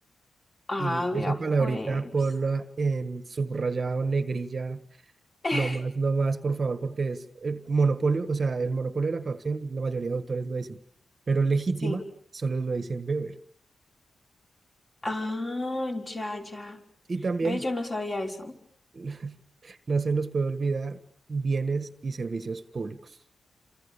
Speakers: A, on the left (about 20°); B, on the right (about 45°).
A: Ah,
B: Y
A: vea,
B: esa palabrita
A: pues.
B: ponla en subrayado, negrilla,
A: <laughs>
B: lo más, lo más, por favor, porque es eh, monopolio, o sea, el monopolio de la coacción, la mayoría de autores lo dicen, pero legítima
A: Sí.
B: solo lo dice Weber.
A: Ah, ya, ya.
B: Y también
A: Ve, yo no sabía eso.
B: <laughs> no se nos puede olvidar bienes y servicios públicos,